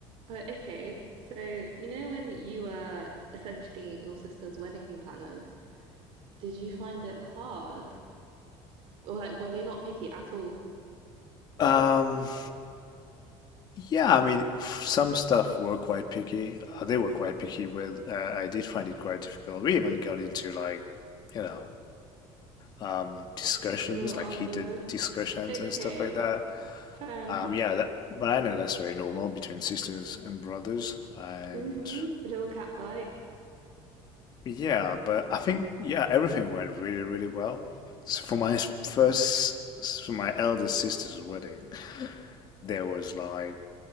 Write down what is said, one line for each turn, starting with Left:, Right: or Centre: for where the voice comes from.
Right: But okay. So, you know, when you were essentially your sister's wedding planners, did you find it hard? Or, like, were they not picky at all?
Left: um, Yeah, I mean, f- some stuff were quite picky. Uh, they were quite picky with. Uh, I did find it quite difficult. We even got into like, you know, um, discussions,
Right: No argument.
Left: like heated discussions
Right: Okay.
Left: and stuff like that.
Right: Fair enough.
Left: Um, yeah, that, but I know that's very normal between sisters and brothers. And
Right: hmm Little cat fight.
Left: yeah, but I think yeah, everything went really, really well. So for my s- first, s- for my eldest sister's wedding, there was like